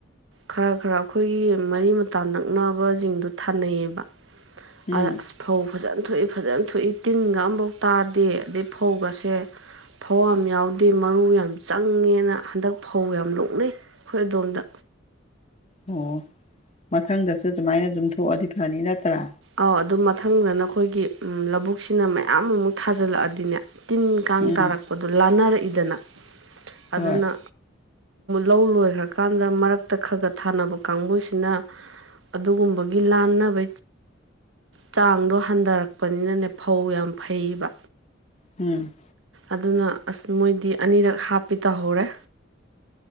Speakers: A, on the right; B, on the left.
A: ꯈꯔ ꯈꯔ ꯑꯩꯈꯣꯏꯒꯤ ꯃꯔꯤ ꯃꯇꯥ ꯅꯛꯅꯕꯁꯤꯡꯗꯨ ꯊꯥꯅꯩꯌꯦꯕ
B: ꯎꯝ
A: ꯑꯁ ꯐꯧ ꯐꯖꯅ ꯊꯣꯛꯏ ꯐꯖꯅ ꯊꯣꯛꯏ ꯇꯤꯟꯒ ꯑꯃꯝꯐꯥꯎ ꯇꯥꯗꯦ ꯑꯗꯩ ꯐꯧꯒꯁꯦ ꯐꯧ ꯌꯥꯝ ꯌꯥꯎꯗꯦ ꯃꯔꯨ ꯌꯥꯝ ꯆꯪꯉꯦꯅ ꯍꯟꯗꯛ ꯐꯧ ꯌꯥꯝ ꯂꯣꯛꯅꯩ ꯑꯩꯈꯣꯏ ꯑꯗꯣꯝꯗ
B: ꯑꯣ ꯃꯊꯪꯗꯁꯨ ꯑꯗꯨꯃꯥꯏꯅ ꯑꯗꯨꯝ ꯊꯣꯛꯑꯗꯤ ꯐꯅꯤ ꯅꯠꯇ꯭ꯔꯥ
A: ꯑꯧ ꯑꯗꯨ ꯃꯊꯪꯗꯅ ꯑꯩꯈꯣꯏꯒꯤ ꯂꯧꯕꯨꯛꯁꯤꯅ ꯃꯌꯥꯝꯃꯨꯛ ꯊꯥꯖꯤꯜꯂꯛꯑꯗꯤꯅꯦ ꯇꯤꯟ ꯀꯥꯡ
B: ꯎꯝ
A: ꯇꯥꯔꯛꯄꯗꯨ ꯂꯥꯟꯅꯔꯛꯏꯗꯅ
B: ꯍꯣꯏ
A: ꯑꯗꯨꯅ ꯂꯧ ꯂꯣꯏꯈ꯭ꯔꯀꯥꯟꯗ ꯃꯔꯛꯇ ꯈ ꯈ ꯊꯥꯅꯕ ꯀꯥꯡꯕꯨꯁꯤꯅ ꯑꯗꯨꯒꯨꯝꯕꯒꯤ ꯂꯥꯟꯅꯕ ꯆꯥꯡꯗꯣ ꯍꯟꯊꯔꯛꯄꯅꯤꯅꯅꯦ ꯐꯧ ꯌꯥꯝ ꯐꯩꯕ
B: ꯎꯝ
A: ꯑꯗꯨꯅ ꯑꯁ ꯃꯣꯏꯗꯤ ꯑꯅꯤꯔꯛ ꯍꯥꯞꯄꯤ ꯇꯧꯍꯧꯔꯦ